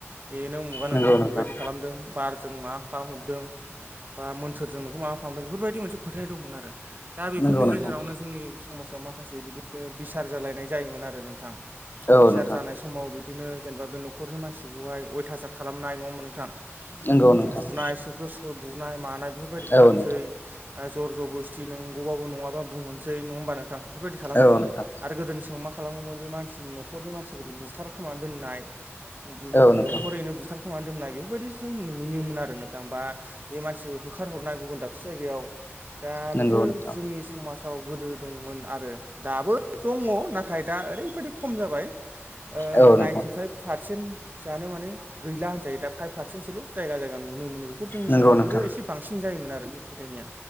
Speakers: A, on the right (about 40°); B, on the left (about 45°).
A: बेनो उमुगा नोंखौ
B: नंगौ नोंथां
A: बेबायदि खालामदों बारजों मा खालामहरदों बा मोन सोरजों नोंखौ माबा खालामदों बेफोरबायदि मोनसे फोथाय दंमोन आरो दा बेफोरनि
B: नंगौ नोंथां
A: गेजेरावनो जोंनि समाजाव मा माखासे बिदिनो बिसार जालायनाय जायोमोन आरो नोंथां
B: औ
A: बिसार
B: नोंथां
A: जानाय समाव बि बिदिनो जेनेबा बे न'खरनि मानसिखौहाय अयथासार खालामनाय नङामोन नोंथां। बुनाय
B: नंगौ नोंथां
A: सुख्र' सुख्र' बुनाय मानाय बेफोरबायदि खालामसै
B: औ नोंथां
A: ओ जर ज'बस्थि नंगौबाबो नङाबा बुंहनोसै नङा होमबा नोंथां बेफोरबायदि खालामोमोन।
B: औ नोंथां
A: दा गोदोनि समाव मा खालामोमोन बे मानसिनि न'खरनि मानसिफोरखौ बुथारखोमा दोननाय बु-न'खरैनो
B: औ नोंथां
A: बुथार खोमानानै दोननाय बेफोरबायदि जिव नुयोमोन आरो नोंथां बा बे मानसिखौ होखारहरनाय गुबुन दाबसे जायगायाव। दा
B: नंगौ
A: बेफोर
B: नोंथां
A: जोंनि समाजाव गोदो दंमोन आरो दाबो दङ नाथाय दा ओरैबायदि खम जाबाय ओ
B: औ नोंथां
A: नाइन्टिफाइभ पार सेन्ट जानो माने गैला होनजायो दा फाइभ पारसेन्सोल' जायगा जायगा नुनो मोनो। फोर जोंनि
B: नंगौ
A: समाव
B: नोंथां
A: गोदो एसे बांसिन जायोमोन आरो बेफोर फोथायनाया।